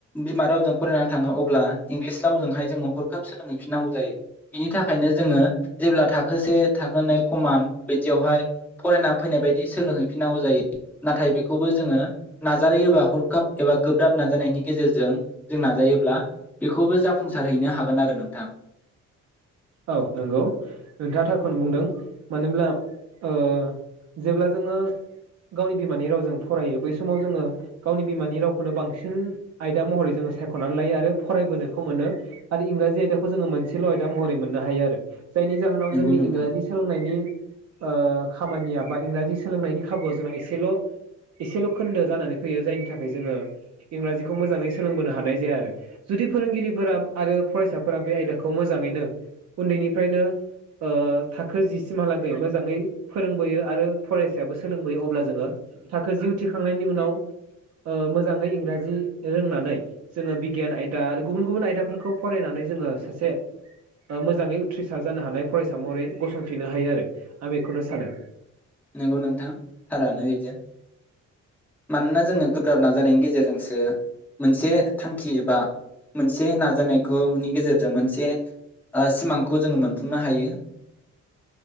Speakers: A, in the centre; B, on the right (about 55°).
A: बिमा रावजों फरायनानै थाङो अब्ला इंलिस रावजोंहाय जोङो हरखाब सोलोंहैफिननांगौ जायो बिनि थाखायनो जोङो जेब्ला थाखोसे थाखोनै खमान बिदियावहाय फरायनानै फैनाय बायदि सोलोंहैफिनांगौ जायो नाथाय बेखौबो जोङो नाजायोबा हरखाब एबा गोब्राब नाजानायनि गेजेरजों जों नाजायोब्ला बेखौबो जा जाफुंसारहैनो हागोन आरो नोंथां।
B: औ नंगौ नोंथांङा थारखौनो बुंदों मानोब्ला ओ जेब्ला जोङो गावनि बिमानि रावजों फरायो बै समाव जोङो गावनि बिमानि रावखौनो बांसिन आयदा महरै जोङो सायख'नानै लायो आरो फरायबोनोखौ मोनो आरो इंराजि आयदाखौ जोङो मोनसेल' आयदा महरै मोननो हायो आरो। जायनि जाहोनाव
A: नंगौ
B: जोंनि
A: नोंथां
B: इंराजि सोलोंनायनि ओ खामानिया बा इंराजि सोलोंनायनि खाबुआव जोंना एसेल' एसेल' खोन्दो जानानै फैयो जायनि थाखाय जोङो इंराजिखौ मोजाङै सोलोंबोनो हानाय जाया आरो जुदि फोरोंगिरिफोरा आरो फरायसाफोरा बे आयदाखौ मोजाङैनो उन्दैनिफ्रायनो ओ थाखो जि सिमहालागै मोजाङै फोरोंबोयो आरो फरायसायाबो सोलोंबोयो अब्ला जोङो थाखो जि उथ्रिखांनायनि उनाव ओ मोजाङै इंराजि रोंनानै जोङो बिगियान आयदा आरो गुबुन गुबुन आयदाफोरखौ फरायनानै जोङो सासे ओ मोजाङै उथ्रिसार जानो हानाय फरायसा महरै गसंथिनो हायो आरो आं बेखौनो सानो।
A: नंगौ नोंथां थारानो बिदि मानोना जोङो गोब्राब नाजानायनि गेजेरजोंसो मोनसे थांखि एबा मोनसे नाजानायखौनि गेजेरजों मोनसे ओ सिमांखौ जोङो मोनफुंनो हायो।